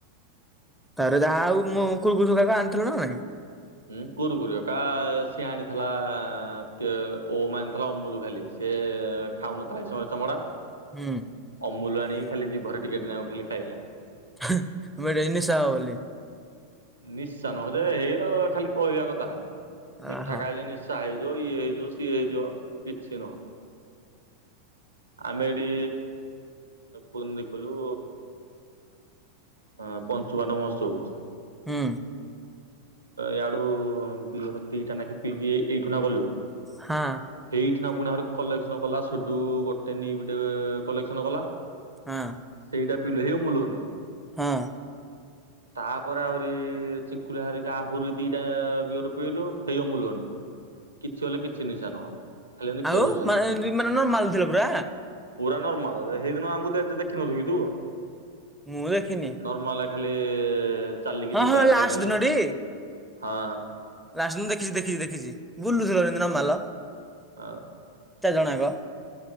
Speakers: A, in the centre; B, on the right.
A: ତାରେ ଯାହା ଆଉ ମୁଁ କୁକୁୁୁ କାକୁ ଆଣିଥିଲ ନା ନାଇଁ।
B: ହୁଁ କୁରୁ କୁରି କା ସିଏ ଆଣିଥିଲା କେ ଓମ୍ ଆଣିଥିଲା ଅମୁଲ ଖାଲି। ସେ ଖାଉନଥାଏ ସହଜେ ଚମଡ଼ା।
A: ହୁଁ।
B: ଅମୁଲ ଆଣିକି ଖାଲି ଜୀଭରେ ଟିକେ ନାଗୁ ଖାଲି ଖାଇଲା।
A: <unintelligible> ନିଶା ହବ ବୋଲି।
B: ନିଶା ନୁହଁ ଯେ ହେଇ ର ଖାଲି କହିବା କଥା ମିଠା
A: ଅହ
B: ଖାଇଲେ ନିସା ସା ହେଇଯିବ, ଇଏ ହେଇଯିବ, ସିଏ ହେଇଯିବ କିଛି ନୁହଁ। ଆମେ ଏଠି କୁନ୍ତିି କଲୁ ହ ପଞ୍ଚୁବାଣ ମହୋତ୍ସବ କୁ।
A: ହୁଁ।
B: ଇଆଡୁ ବିୟର ଦିଟା ନେଖେ ପିଇକି ଏଇଠୁ ନା ଗଲୁ।
A: ହଁ।
B: ସେଇଠିନା ପୁଣି ଆ କଲେକ୍ସନ କଲା ସୁଡୁ ଗୋଟେ ନିବ ଟେ କଲେକ୍ସନ କଲା।
A: ହଁ।
B: ସେଇଟା ପିଇଲୁ <unintelligible>
A: ହଁ।
B: ତାପରେ ଆହୁରି ଚିଙ୍କୁଲା ହୋରିକା ଆହୁରି ଦୁଇଟା ବିୟର ପିଇଲୁ। ସେଇ ଅମୁଲ <unintelligible> କିଛି ବୋଲି କିଛି ନିଶା ନୁହଁ। ଖାଲି ଏମିତି
A: ଆଉ
B: କହୁଛନ୍ତି।
A: ମାନେ ଏମତି ନର୍ମାଲ ଥିଲା ପୁରା?
B: ପୁରା ନର୍ମାଲ ସେଇଦିନ ଆମକୁ ଦେ ଦେଖିନଥିବୁକି ତୁ?
A: ମୁଁ ଦେଖିନି।
B: ନର୍ମାଲ ଖାଲି ଚାଲିକି
A: ହଁ
B: ଯିବା
A: ହଁ
B: ଆସିବା
A: ଲାଷ୍ଟ
B: ଖାଲି
A: ଦିନଟି?
B: ହଁ।
A: ଲାଷ୍ଟ ଦିନ ଦେଖିଚି ଦେଖିଚି ଦେଖିଚି ବୁଲୁଥିଲ ସେଦିନ ନମାଲ।
B: ହଁ।
A: ଚାରି ଜଣ ଯାଙ୍କ।